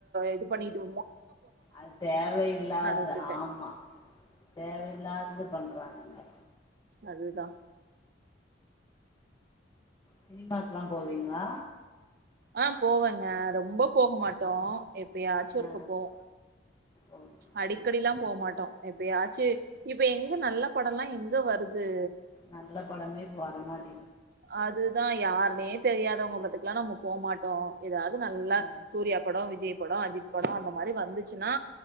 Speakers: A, on the right; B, on the left.
A: இது பண்ணிட்யிருமோ
B: அது தேவையில்லாது
A: விட்டுட்டேன்
B: ஆம்மா தேவையில்லாது இது பண்ணுறானுங்க
A: அதுதா
B: சினிமாக்குல்லா போவீங்குளா
A: ஆஹ் போவேங்க ரொம்பப் போகுமாட்டோ
B: அ
A: எப்பியாச்சு
B: ஆ
A: ஒருக்கு போவோ
B: ஓ
A: அடிக்கடிலாம்
B: ம்
A: போவ்மாட்டோ எப்பியாச்சு இப்ப எங்கு நல்ல படலெல்லா எங்க வருது
B: நல்ல படமே இப்பு வரமாட்
A: அதுதா யார்னே தெரியாதவங்க பட்டுக்குல்லா நம்ப போமாட்டோ எதாவுது நல்லா
B: ஆ
A: சூர்யா படோ விஜய் படோ அஜித் படோ அந்த மாரி வந்துச்சுன்னா